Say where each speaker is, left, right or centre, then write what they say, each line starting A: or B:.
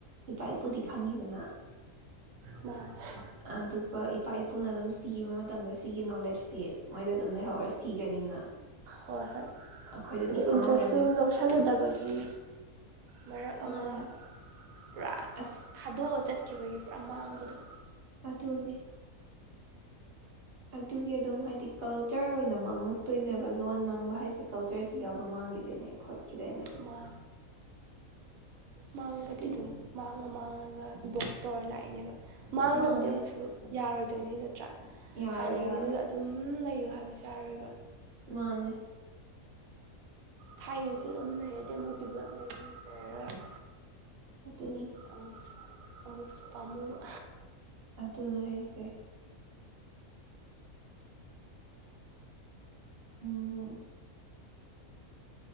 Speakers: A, on the right; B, on the right.
A: ꯏ ꯄꯥꯏ ꯄꯨꯨꯗꯤ ꯈꯪꯉꯤꯗꯅ
B: ꯃꯥꯁ
A: ꯑꯗꯨꯒ ꯏꯄꯥ ꯏꯄꯨꯅ ꯑꯗꯨꯝ ꯁꯤꯈꯤꯕ ꯃꯇꯝꯗ ꯁꯤꯒꯤ ꯅꯣꯂꯦꯖꯇꯤ ꯃꯣꯏꯗ ꯑꯗꯨꯝ ꯂꯩꯍꯧꯔ ꯁꯤꯒꯅꯤꯅ
B: ꯍꯣꯏ ꯍꯣꯏ
A: ꯑꯩꯈꯣꯏꯗꯗꯤ
B: ꯑꯗ
A: ꯈꯪꯍꯧꯗ꯭ꯔꯅꯦ
B: ꯏꯟꯇ꯭ꯔꯦꯁꯁꯨ ꯂꯧꯁꯜꯂꯨꯗꯕꯒꯤ ꯃꯔꯛ
A: ꯃꯥꯅꯦ
B: ꯑꯃ ꯄꯨꯔꯥ
A: ꯑꯁ
B: ꯊꯥꯗꯣꯛꯑ ꯆꯠ ꯀꯠꯈꯤꯕꯒꯤ ꯄꯨ ꯑꯃꯥꯡꯕꯗꯣ
A: ꯄꯠꯇꯨꯅꯦ ꯑꯗꯨꯒꯤ ꯑꯗꯨꯝ ꯍꯥꯏꯗꯤ ꯀꯜꯆꯔ ꯑꯣꯏꯅꯃꯛ ꯉꯥꯡꯉꯛꯇꯣꯏꯅꯦꯕ ꯂꯣꯟ ꯃꯥꯡꯕ ꯍꯥꯏꯁꯦ ꯀꯜꯆꯔꯁꯤ ꯌꯥꯎꯅ ꯃꯥꯡꯈꯤꯗꯣꯏꯅꯦ ꯈꯠꯈꯤꯗ
B: ꯃꯥ ꯃꯥꯥꯡꯕꯗꯤ
A: ꯑꯗꯨꯅꯤ
B: ꯑꯗꯨꯝ ꯃꯥꯡ ꯃꯥꯡꯉꯒ ꯏꯕꯣꯛꯁ ꯇꯧꯔ ꯂꯥꯛꯏꯅꯦꯕ ꯃꯥꯡꯗꯕꯗꯤ
A: ꯃꯥꯅꯦ
B: ꯑꯃꯨꯛꯁꯨ ꯌꯥꯔꯣꯏ ꯑꯗꯨꯅꯦ ꯅꯠꯇ꯭ꯔꯥ
A: ꯌꯥꯔꯣꯏ
B: ꯍꯥꯟꯅꯒꯤꯗꯨ
A: ꯌꯥꯔꯣꯏ
B: ꯑꯗꯨꯝ ꯂꯩ ꯄꯤꯌꯨ ꯍꯥꯏꯕꯁꯨ ꯌꯥꯔꯣꯏꯕ
A: ꯃꯥꯅꯦ
B: ꯊꯥꯏꯅꯩꯗ ꯑꯗꯨꯝ ꯂꯩꯔꯗꯤ ꯑꯃꯨꯛ ꯗꯤꯕꯂꯦꯞꯃꯦꯟ ꯂꯩꯔꯔꯣꯏ
A: ꯑꯗꯨꯅꯤ
B: ꯑꯃꯨꯛꯁꯨ ꯑꯃꯨꯛꯁꯨ ꯄꯝꯃꯨꯕ
A: ꯑꯗꯨꯅꯦ ꯍꯥꯏꯁꯦ ꯑꯣ